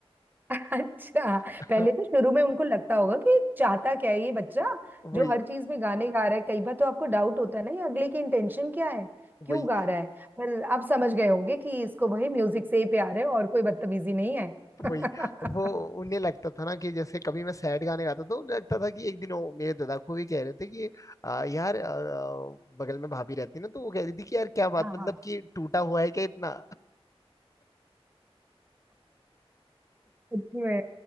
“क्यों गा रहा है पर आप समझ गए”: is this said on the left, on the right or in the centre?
Right